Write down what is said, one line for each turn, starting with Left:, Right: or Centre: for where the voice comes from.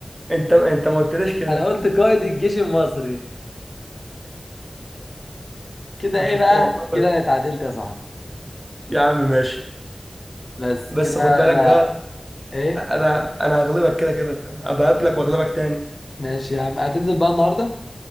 Right: انت انت ما قلتليش كده
Left: انا قلت قائد الجيش المصري كده
Right: ما
Left: ايه
Right: شفت
Left: بقى
Right: والله
Left: كده انا اتعادلت يا صاحبي
Right: يا عم ماشي
Left: بس
Right: بس
Left: كده
Right: خد بالك بقى
Left: ايه
Right: انا انا هغلبك كده كده هبقى اقابلك واغلبك تاني
Left: ماشي يا عم هتنزل بقى النهارده